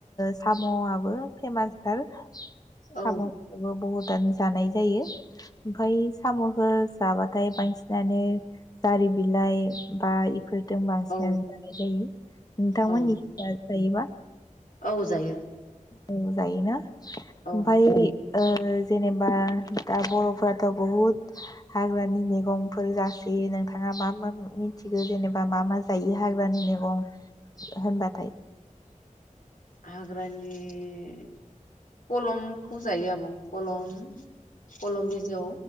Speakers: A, on the left; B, on the left.
A: सामआबो फेमासथार सामखौबो
B: औ
A: बहुदानो जानाय जायो ओमफ्राय सामखौ जाबाथाय बांसिनानो जारि बिलाइ बा फोरदों बांसिनानो
B: औ
A: जानाय जायो नोंथांमोननि
B: औ
A: <unintelligible> जायोबा
B: औ जायो
A: औ जायोना
B: औ
A: ओमफाय ओ ओ जेनेबा दा बर फोराथ बुहुत हाग्रानि मैगंफोर जासोयो नोंथाङा मा मा मिथिगौ जेनेबा मा मा जायो हा हाग्रा नि मैगं होनबाथाय
B: हाग्रानि कलमखौ जायो आब । कलम कलम बिजौ